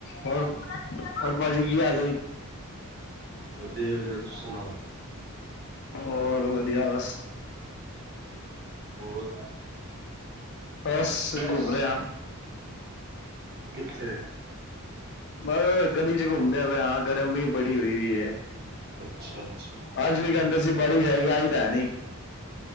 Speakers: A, on the left; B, on the right.
A: ਹੋਰ ਹੋਰ ਭਾਜੀ ਕੀ ਹਾਲ
B: ਵਧੀਆ ਵਧੀਆ ਤੁਸੀਂ ਸੁਣਾਓ?
A: ਹੋਰ ਵਧੀਆ ਬਸ
B: ਹੋਰ
A: ਬਸ
B: ਬਸ।
A: ਘੁੰਮ ਰਿਹਾ
B: ਕਿੱਥੇ।
A: ਬਸ ਗਲੀ ਚ ਘੁੰਮਦੇ ਪ ਹਾਂ ਗਰਮੀ ਬੜੀ ਹੋਈ ਵੀਈ
B: ਅੱਛਾ ਅੱਛਾ।
A: ਅੱਜ ਵੀ ਕਹਿੰਦੇ ਸੀ ਬਾਰਿਸ਼ ਆਏਗੀ ਆਈ ਤਾਂ ਹੈ ਨੀ।